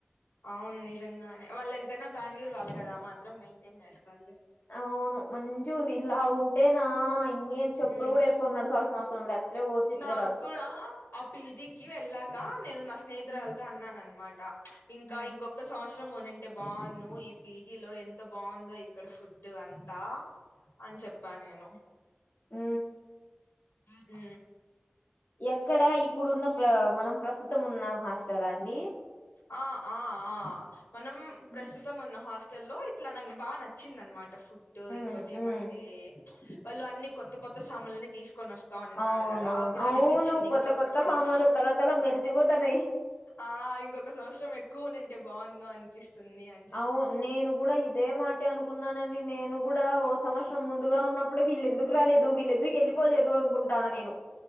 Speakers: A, on the left; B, on the left.
A: అవును నిజంగానే వాళ్ళు ఎంతైనా బెంగళూరు వాళ్ళు కదా ఆ మాత్రం మెయింటైన్ చేస్తారులే
B: అ అవును మంచిగుంది ఇలా ఉం టేనా ఇంకేం చెప్పులు
A: ఉమ్
B: కూడా వేసుకొని నడచాల్సిన అవసరం లే అట్లే పోవచ్చు ఇట్లే
A: నాకు
B: రావచ్చు
A: కూడా ఆ పీజికి వెళ్ళాక నేను నా స్నేహితురాలతో
B: హ్మ్.
A: అన్నాను అనమాట ఇంకా
B: హ్మ్.
A: ఇంకొక సంవత్సరం రం ఉనింటే బాగును ఈ పీజీ లో ఎంత బాగుందో ఇక్కడ ఫుడ్ అంతా అని చెప్పా నేను
B: ఉ
A: ఉ
B: ఎక్కడ ఇప్పుడున్న ప్ర మనం ప్రస్తుతం ఉన్న హాస్టలా అండి
A: ఆ ఆ ఆ మనం
B: హ్మ్.
A: ప్రస్తుతం ఉన్న హాస్టల్ల్లో ఇట్లా నాకు బాగా నచ్చ నచ్చిందన్నమాట ఫుడ్
B: హ్మ్.
A: ఇంకోటి
B: హ్మ్.
A: ఏమంటే వాళ్ళు అన్ని కొత్త కొత్త సామాన్లన్నీ తీసుకొని వస్త అనిన్నారు
B: అవునవును.
A: కదా అప్పుడు
B: అవును.
A: అనిపించింది ఇంకొక
B: కొత్త కొత్త
A: సంవత్సరం
B: సామాన్లు తల తల మెరిసిపోతన్నాయి.
A: ఆ ఇంకొక సంవత్సరం ఎక్కువునుంటే బాగును అనిపిస్తుంది అ
B: అవును నేను కూడా ఇదే మాట ట అనుకున్నానండి నేను కూడా ఒక సంవత్సరం ముందుగా ఉన్నప్పుడే వీళ్ళు ఎందుకు రాలేదు వీళ్ళెందుకు వెళ్ళి పోలేదు అనుకుంటాన నేను